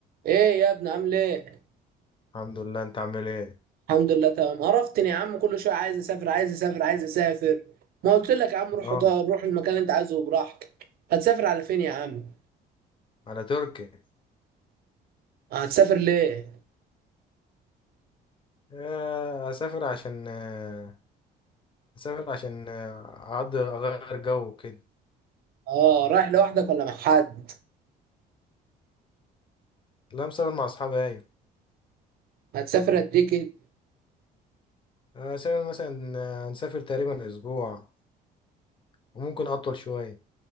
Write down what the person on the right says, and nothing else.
ايه يا ابني عامل ايه
الحمد لله تمام عرفتني يا عم كل شويه عايز اسافر عايز اسافر عايز اسافر ما قلت لك يا عم روح
وط- روح المكان اللي انت عايزه براحتك هتسافر على فين يا عم
هتسافر ليه
اه رايح لوحدك ولا مع حد
هتسافر قد ايه كده